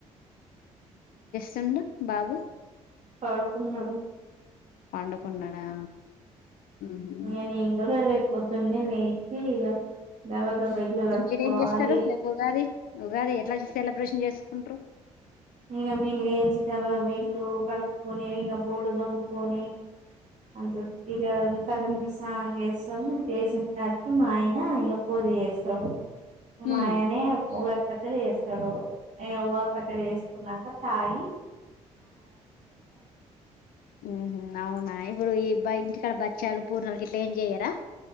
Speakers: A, on the left; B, on the right.
A: చం బాబు
B: పాడుకున్నాడు
A: పండుకున్నాడా ఉహు
B: నేను ఈరోజ రేపు పొద్దున్న లేసి ఇగా దబ దబ ఇల్లు కడుకోవాలి
A: మీరేం చేస్తారు రేపు ఉగాది ఉగాది ఎట్లా సెలబ్రేషన్ చేసుకుంటరు
B: ఇంగా మీమ్ము లేచి దబ దబ ఇల్లు కడుక్కకొని, ఇంగా బోళ్ళు దొమ్ముకొని అంత ఇగా తల్లంటూ స్నానం చేస్తాము, చేసిన తర్వాత మా ఆయన ఇగా పూజ చేస్తాడు. మాయనే
A: ఉమ్
B: వ పచ్చడి చేస్తడు ఏ ఉగాది పచ్చడి చేస్తే కున్నాక తాయి
A: మ్ హ అవునా ఇప్పుడు ఈ బ్బాయి ఇక్కడ బచ్చాలు పూర్ణలు ఇట్లా ఏం చేయ్యరా